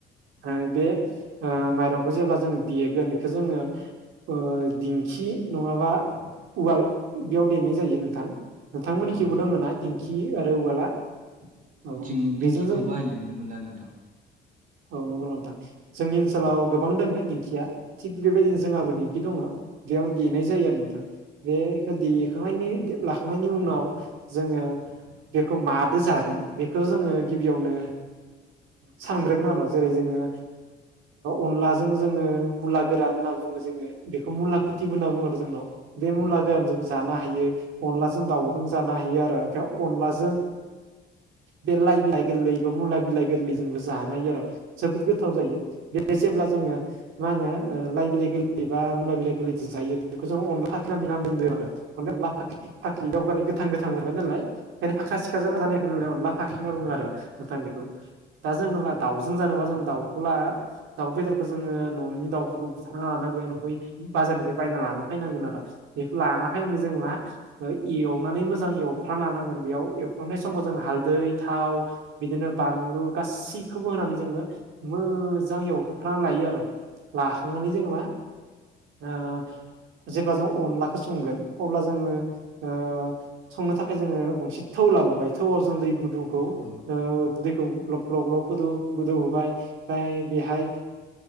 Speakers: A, on the right; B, on the right.
A: ओ बे ओ माइरंखौ जेब्ला जोङो देगोन बेखौ जोङो ओ दिंखि नङाबा उवाल बेयाव देनाय जायो नोंथां नोंथांमोननिथिंबो
B: औ नोंथां
A: दङ ना दिंखि आरो उवाला औ
B: आं
A: बेजों
B: दिंखिखौ
A: जों
B: बाहायनाय नुनो मोनला नोंथां
A: औ नंगौ नोंथां जोंनि ओनसोलाव
B: औ
A: गोबां दङ दिंखिया थिग बेबायदिनो जोंहाबो
B: औ
A: दिंखि दङ बेयाव देनाय जायो आरो नोंथां बेखौ देखांनायनि लाखांनायनि उनाव जोङो बेखौ मादो जागोन बे खौ जोङो गिबियावनो सानग्रोगोन आरो जेरै जोङो अनलाजों जोङो मुला गोरान होनना बुङो जोङो बेखौ मुला खुथि
B: औ
A: होनना बुङो आरो जोंनाव बे मुला
B: औ
A: गोरान जों जानो हायो अनलाजों दाउदों जानो हायो आरो ओमफ्राय अनलाजों बे लाइ बिलाइ गोरलै बा मुला बिलाइ गोरलै जोंबो जानो हायो आरो जोबोद गोथाव जायो बे जेब्ला जोङो मा होनो ओ लाइ बिलाइ गोरलै बा मलइ बिलाइ गोरलै जायो बेखौ जों अनलाफाख्रि <unintelligible> फाख्रि दाव गोथां गोथां बबाय नालाय बेखायनो फाखरा सिखरा जाबानाय जानायाय नालाय
B: औ
A: अनला फाख्रि होनना बुङो आरो नोंथां बेखौ दा जोङब्ला दाउजों जानोबा जों
B: औ
A: दाउखौला दाउ बेदरखौ जोङो न'नि दाउफोरखौ बुथारना लानांगोनय बाजारनिफ्राय बायना लाना फैनांगोन आरो बेखौ लाना फैनानै जों ला ऐ एवनानै मोजां एवफ्रा लानांगोन बेयाव एवफ्रामनाय समाव जों हालदै थाव बिदिनो बानलु गासैखौबो होनानै जोङो मो मोजां एवफ्रानानै लायो आरो लाखांनानै जोङो मा ओ जेब्ला जों अनलाखौ संगोन अब्ला जोङो ओ संनो थाखाय जोङो गंसे थौ लाबोबाय थौआव जों दै गुदुंखौ
B: औ
A: दैखौ ग्लब ग्लब ग्लबदौ गोदौ होबाय ओमफ्राय बेहाय